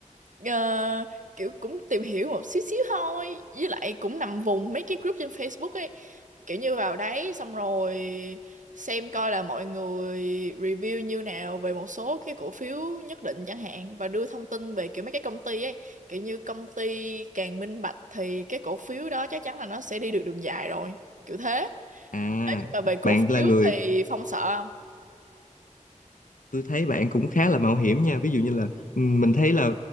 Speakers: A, on the right; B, on the left.
A: ờ, kiểu cũng tìm hiểu một xíu xíu thôi với lại cũng nằm vùng mấy cái group trên Facebook ấy kiểu như vào đấy xong rồi xem coi là mọi người review như nào về một số cái cổ phiếu nhất định chẳng hạn và đưa thông tin về kiểu mấy cái công ty ấy kiểu như công ty càng minh bạch thì cái cổ phiếu đó chắc chắn là nó sẽ đi được đường dài rồi kiểu thế
B: À,
A: mà về cổ
B: bạn
A: phiếu
B: là người
A: thì Phong sợ không?
B: tôi thấy bạn cũng khá là mạo hiểm nha ví dụ như là ừ, mình thấy là